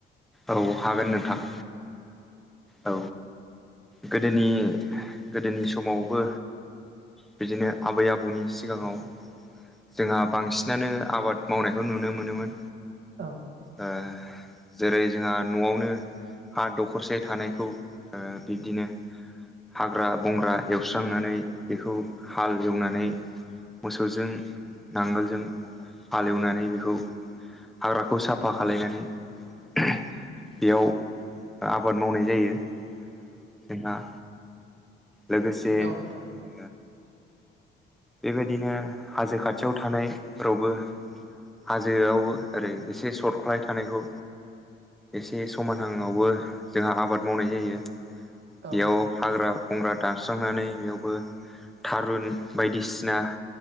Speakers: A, in the centre; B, on the right (about 65°).
A: औ हागोन नोंथां। औ गोदोनि गोदोनि समावबो बिदिनो आबै आबौनि सिगाङाव जोंहा बांसिनानो आबाद मावनायखौ नुनो मोनोमोन।
B: औ
A: ओ जेरै- जोंहा न'आवनो हा दखरसे थानायखौ ओ बिब्दिनो हाग्रा बंग्रा एवस्रांनानै बेखौ हाल एवनानै मोसौजों नांगोलजों हालेवनानै बेखौ हाग्राखौ साफा खालायनानै बेयाव आबाद मावनाय जायो जोंहा लोगोसे
B: औ नोंथां
A: ओ बेबायदिनो हाजो खाथियाव थानायफोरावबो हाजोआवबो ओरै एसे सर्टख्लाय थानायखौ एसे समानहांआवबो जोंहा आबाद मावनाय जायो
B: औ
A: बेयाव
B: नोंथां
A: हाग्रा बंग्रा दानस्रांनानै बेयावबो थारुन बायदिसिना